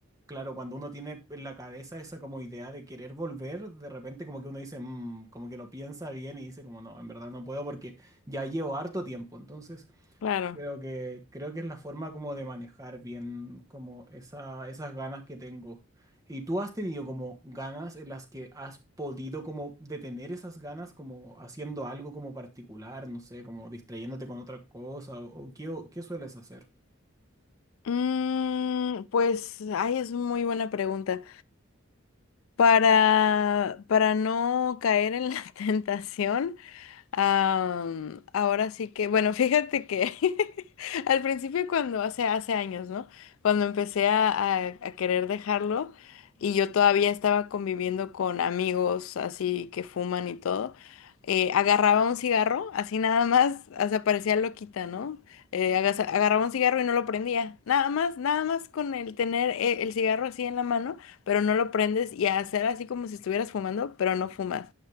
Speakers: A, on the right; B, on the left.
A: Claro, cuando uno tiene en la cabeza esa como idea de querer volver, de repente como que uno dice, "Mm", como que lo piensa bien y dice como no, en verdad no puedo porque ya llevo harto tiempo. Entonces
B: claro.
A: creo que creo que es la forma como de manejar bien como esa, esas ganas que tengo. ¿Y tú has tenido como ganas en las que has podido como detener esas ganas como haciendo algo como particular, no sé, como distrayéndote con otra cosa o, o qué, qué sueles hacer?
B: Mm, pues, ay, es muy buena pregunta. Para, para no caer en la <laughs> tentación. Am, ahora sí que, bueno, fíjate que <laughs> al principio cuando, hace, hace años, ¿no? Cuando empecé a, a- a querer dejarlo y yo todavía estaba conviviendo con amigos así que fuman y todo, eh, agarraba un cigarro, así nada más, o sea, parecía loquita, ¿no? Eh, agas- agarraba un cigarro y no lo prendía, nada más, nada más con el tener eh, el cigarro así en la mano, pero no lo prendes y hacer así como si estuvieras fumando, pero no fumas.